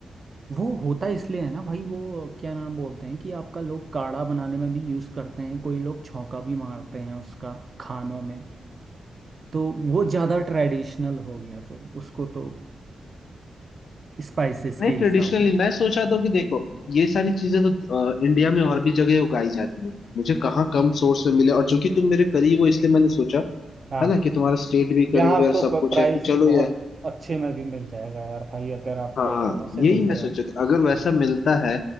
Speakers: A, on the right (about 45°); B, on the left (about 70°).
A: वो होता इसलिए है ना भाई वो क्या नाम बोलते हैं कि आपका लोग काढ़ा बनाने में भी यूज करते हैं कोई लोग छौंका भी मारते हैं उसका खानों में तो वो ज्यादा ट्रेडिशनल हो गया फिर उसको तो स्पाइसेस
B: नहीं
A: के हिसाब
B: ट्रेडिशनली
A: से
B: मैं सोचा था कि देखो ये सारी चीजें तो अ, इंडिया में और भी जगह उगाई जाती है मुझे कहाँ कम सोर्स में मिले और जो कि तुम मेरे करीब हो इसलिए मैंने सोचा
A: हाँ
B: है ना कि तुम्हारा स्टेट भी
A: यहाँ
B: करीब है
A: आपको
B: और सब कुछ
A: प्राइस
B: है कि चलो
A: भी बहुत
B: यार
A: अच्छे में भी मिल जाएगा यार भाई अगर आप
B: हाँ
A: अ, ऐसे
B: यही
A: देख
B: मैं
A: रहे
B: सोचा
A: हो
B: था अगर वैसा
A: ना
B: मिलता है